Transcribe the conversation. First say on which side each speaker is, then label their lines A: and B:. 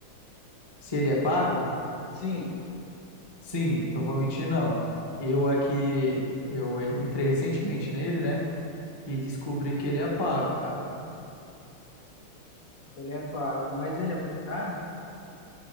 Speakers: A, on the left; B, on the left.
A: Se ele é pago?
B: Sim,
A: Sim, não vou mentir não. Eu aqui, eu entrei recentemente nele, né? E descobri que ele é pago, cara.
B: ele é pago, mas ele é muito caro?